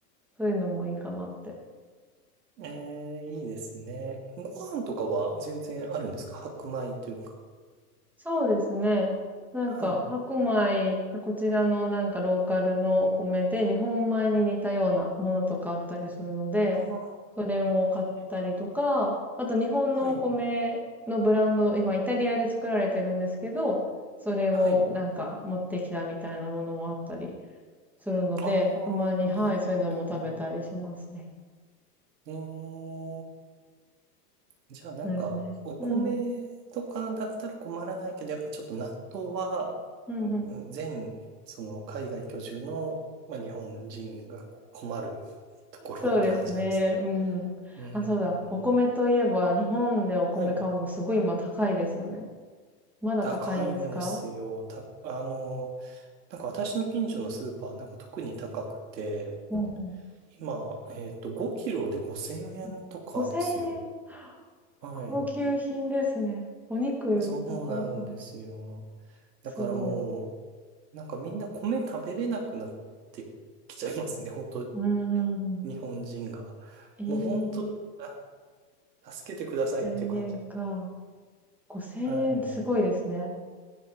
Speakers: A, in the centre; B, on the right.
A: そういうのもいいかなって
B: ええいいですね。ご飯とかは全然あるんですか白米というか。
A: そうですね。なんか、
B: はい。
A: 白米、こちらのなんかローカルのお米で日本米に似たようなものとかあったりするので、
B: ああ、
A: それも買ったりとか、
B: ええ
A: あと日本のお米のブランド、
B: はい。
A: 今イタリアで作られてるんですけど、それをなんか持ってきたみたいなものもあったり
B: はい。
A: するので、
B: あ
A: たまに、
B: あ、
A: はい、
B: なるほど。
A: そういうのも食べたりしますね。
B: ええじゃあなんか、
A: そうですね。
B: お米とかだったら困らないけど、
A: うんうん。
B: やっぱりちょっと納豆は、
A: うんうん。
B: うん全、その海外居住の、まあ、日本人が困るところって感じなんです。
A: そうですね。うん。
B: うーん。
A: あ、そうだ。お米といえば、日本でお米買うのすごい今高いですよね。
B: はい。
A: まだ高いんですか
B: 高いんですよ。た、あの、なんか私の近所のスーパーなんか特に高くて、
A: ほうほ
B: 今、えっと、5キロで5000円とかですよ。
A: う。5000円。
B: はい。
A: 高級品ですね。お肉より高いかもし
B: そうなんですよ。
A: すごい。
B: だからもう、なんかみんな米食べれなくなってきちゃいますね、本当
A: うん、うん、うん。
B: 日本人が。
A: ええ
B: もう本当、あ助けてくださいっていう感じ。
A: 1000円か。5000円ってすごいですね。
B: はい。